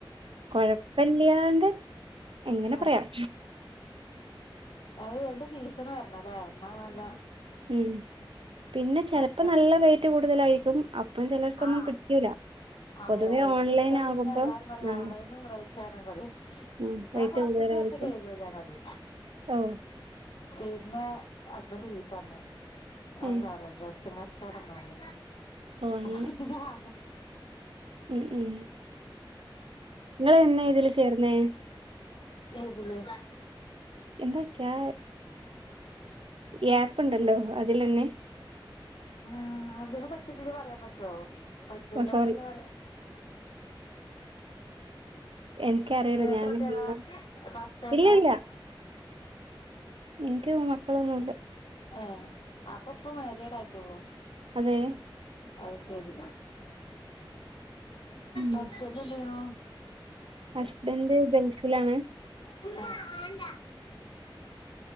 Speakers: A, on the right; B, on the left.
A: കൊഴപ്പില്ല്യാണ്ട് എങ്ങനെ
B: ആ
A: പറയാം
B: അത് അയിന്റെ സീസൺ വരണല്ലേ എന്നാ നല്ല
A: ഉ പിന്നെ ചിലപ്പോ
B: അപ്പൊ
A: നല്ല റേറ്റ് കൂടുതലായിരിക്കും അപ്പൊ ചിലർക്കൊന്നും
B: ആ
A: പിടിക്കൂല
B: അതെ
A: പൊതുവെ
B: റേറ്റ്
A: ഓൺലൈൻ
B: ഇട്ടാ പിന്നെ
A: ആകുമ്പം
B: എല്ലാരും പറ ഓൺലൈനിലും
A: ആഹ്
B: റേറ്റ് ആണ് പറ
A: ഉം
B: ഞാൻ
A: റേറ്റ്
B: കുറച്ച
A: കൂടുതലായിരിക്കും.
B: ദിവസംക്കെ ചെയ്തു ഞാനത്
A: <unintelligible>
B: പിന്നെ ഹസ്ബൻഡ് ചീത്ത പറഞ്ഞു അ
A: ഏഹ്
B: ഡ്രസ്സങ്ങ ചടന്നല്ല
A: ഓഹ് അങ്ങനെ
B: അ ഹ ഹആ
A: <unintelligible> ങ്ങളെന്നതില് ചേർന്നേ?
B: ഏതില്?
A: എന്തൊ ക്യാ യാപ്പ്ണ്ടല്ലോ അതിലന്നെ.
B: ആ അതിനെപ്പറ്റിയിതില് പറയാൻ പറ്റോ? പറ്റൂലന്നല്ലേ
A: ഓഹ് സോറി എനിക്കറിയില്ല
B: എത്രട്ടിളാ
A: ഞാനെങ്ങനാ
B: ഫസ്റ്റായിട്ട?
A: ഇല്ലില്ല എനിക്ക് മക്കളൊന്നുല്ല.
B: ഏ അപ്പ ഇപ്പ മാരിയേഡ് ആയിട്ടുള്ളൂ?
A: അതെ.
B: അത് ശരി
A: ഉം
B: ഹസ്ബന്റെന്ത് ചെയ്യണൂ?
A: ഹസ്ബൻഡ് ഗൾഫിലാണ്.
B: ആ